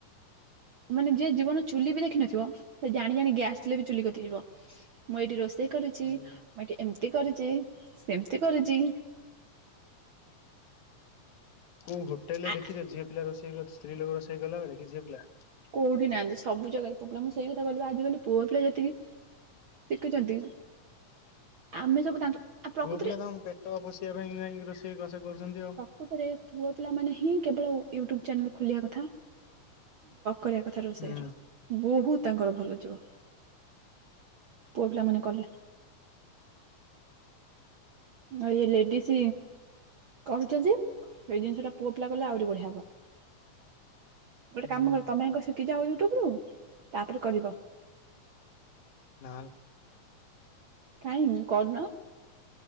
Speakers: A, on the right; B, on the left.
A: ମାନେ ଯିଏ ଜୀବନରେ ଚୁଲି ବି ଦେଖିନଥିବ, ସେ ଜାଣି ଜାଣି ଗ୍ୟାସ୍ ଥିଲେ ବି ଚୁଲି କତିକି ଯିବ। ମୁଁ ଏଇଠି ରୋଷେଇ କରୁଛି,
B: ହୁଁ
A: ମୁଁ ଏଇଠି ଏମତି କରିଛି, ସେମତି କରୁଛି
B: କୋଉ ହୋଟଲରେ
A: ଆ
B: ଦେଖିଛ ଝିଅପିଲା ରୋଷେଇ କରି ସ୍ତ୍ରୀ ଲୋକ ରୋଷେଇ କଲାବେଳେ କି ଝିଅପିଲା?
A: କୋଉଠି ନାହାଁନ୍ତି, ସବୁ ଜାଗାରେ ପୁଅପିଲା। ମୁଁ ସେଇ କଥା କହିଲି ବା, ଆଜିକାଲି ପୁଅପିଲା ଯେତିକି ଶିକିଚନ୍ତି, ଆମେ ସବୁ ତାଙ୍କ ଆ ପ୍ରକୃତରେ
B: ପୁଅପିଲା ତମ ପେଟ ପୋଷିବା ପାଇଁ କାଇଁକି ରୋଷେଇବାସ କରୁଛନ୍ତି ଆଉ।
A: ପୁଅପିଲା ମାନେ ହିଁ କେବଳ ୟୁଟ୍ୟୁବ ଚ୍ୟାନେଲ୍ ଖୋଲିବା କଥା କରିବା କଥା ରୋଷେଇର,
B: ହୁଁ
A: ବହୁତ ତାଙ୍କର ଭଲ ଯିବ। ପୁଅପିଲାମାନେ କଲେ, ଆ ଇଏ ଲେଡିସ୍ କରୁଛନ୍ତି, ଏଇ ଜିନିଷଟା ପୁଅପିଲା କଲେ ଆହୁରି ବଢିଆ ହବ। ଗୋଟେ
B: ହୁଁ
A: କାମ କର ତମେ ଆଗ ଶିଖିଯାଅ ୟୁଟ୍ୟୁବରୁ, ତାପରେ କରିବ।
B: ନା
A: କାଇଁକି କରୁନ?